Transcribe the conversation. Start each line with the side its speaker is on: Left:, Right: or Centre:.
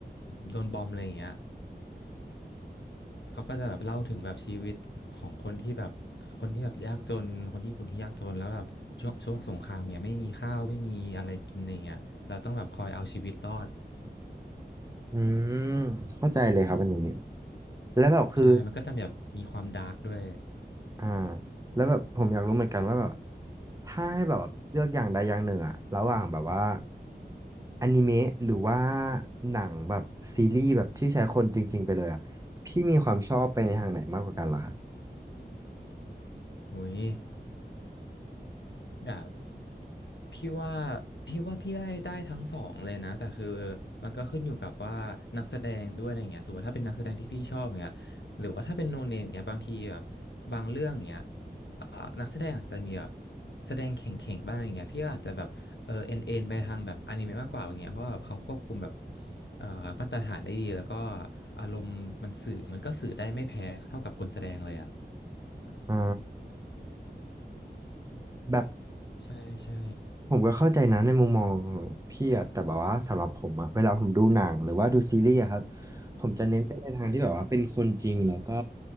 Left: โดนบอมอะไรอย่างเงี้ยเขาก็จะแบบเล่าถึงแบบชีวิตของคนที่แบบคนที่แบบยากจนคนญี่ปุ่นที่ยากจนแล้วแบบช่วงช่วงสงครามเนี่ยไม่มีข้าวไม่มีอะไรกินอะไรเงี้ยเราต้องแบบคอยเอาชีวิตรอด
Right: อืมเข้าใจเลยครับอันนี้แล้วแบบคือ
Left: ใช่มันก็จะแบบมีความดาร์กด้วย
Right: อ่าแล้วแบบผมอยากรู้เหมือนกันว่าแบบถ้าให้แบบว่าเลือกอย่างใดอย่างหนึ่งอะระหว่างแบบว่าอนิเมะหรือว่าหนังแบบซีรีส์แบบที่ใช้คนจริงๆไปเลยอะพี่มีความชอบไปในทางไหนมากกว่ากันเหรอ
Left: โอ้ยแบบ พี่ว่าพี่ว่าพี่ได้ได้ทั้งสองเลยนะแต่คือมันก็ขึ้นอยู่กับว่านักแสดงด้วยอะไรอย่างเงี้ยสมมติถ้าเป็นนักแสดงที่พี่ชอบอย่างเงี้ยหรือว่าถ้าเป็นโนเนมอย่างเงี้ยบางทีแบบบางเรื่องอย่างเงี้ยอ่านักแสดงอาจจะมีแบบแสดงเข่งๆบ้างอะไรอย่างเงี้ยพี่ก็อาจจะแบบเออเอ็นเอ็นไปทางแบบอนิเมะมากกว่าอย่างเงี้ยเพราะว่าแบบเขาควบคุมแบบเอ่อมาตรฐานได้ดีแล้วก็อารมณ์มันสื่อมันก็สื่อได้ไม่แพ้เท่ากับคนแสดงเลยอ่ะ
Right: อ๋อแบบ
Left: ใช่ใช่
Right: ผมก็เข้าใจนะในมุมมองของพี่อะแต่แบบว่าสำหรับผมอะเวลาผมดูหนังหรือว่าดูซีรีส์อะครับผมจะเน้นไปในทางที่แบบว่าเป็นคนจริงแล้วก็